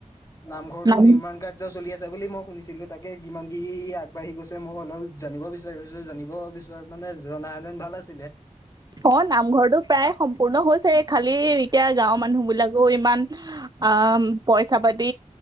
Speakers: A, on the left (about 25°); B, on the right (about 30°).
A: নামঘৰটো
B: নাম
A: নিৰ্মাণ কাৰ্য চলি আছে বুলি মই শুনিছিলো তাকে কিমান কি আগবাঢ়ি গৈছে মই অলপ জানিব বিচাৰিছো জানিব বিচৰা মানে জনাহেঁতেন ভাল আছিলে।
B: অ' নামঘৰটো প্ৰায় সম্পূৰ্ণ হৈছে খালি এতিয়া গাঁওৰ মানুহ বিলাকেও ইমান আ, পইচা পাতি